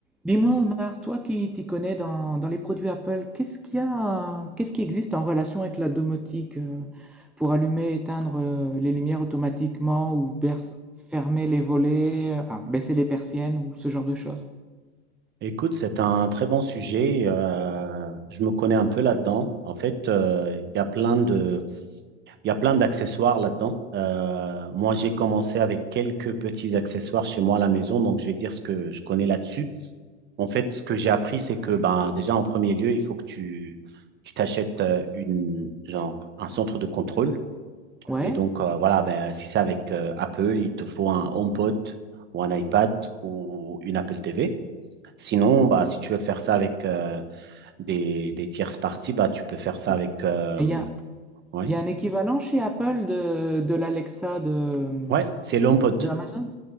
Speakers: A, in the centre; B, on the right.
A: Dis-moi, Omar, toi qui t'y connais dans, dans les produits Apple, qu'est-ce qu'il y a, qu'est-ce qui existe en relation avec la domotique euh, pour allumer et éteindre euh, les lumières automatiquement ou berce- fermer les volets, euh, enfin baisser les persiennes ou ce genre de choses?
B: Écoute, c'est un très bon sujet. euh, je me connais un peu là-dedans. En fait, euh, il y a plein de, il y a plein d'accessoires là-dedans. Euh, moi, j'ai commencé avec quelques petits accessoires chez moi à la maison, donc je vais dire ce que je connais là-dessus. En fait, ce que j'ai appris, c'est que ben, déjà en premier lieu, il faut que tu, tu t'achètes euh, une, genre, un centre de contrôle.
A: Ouais.
B: Et donc, euh, voilà, ben, si c'est avec euh, Apple, il te faut un HomePod ou un iPad ou une Apple TV. Sinon, bah, si tu veux faire ça avec, euh, des, des tierces parties, bah, tu peux faire ça
A: Et
B: avec. euh,
A: et il y a,
B: ouais.
A: il y a un équivalent chez Apple de, de l'Alexa de,
B: Ouais, c'est l'HomePod.
A: de Amazon?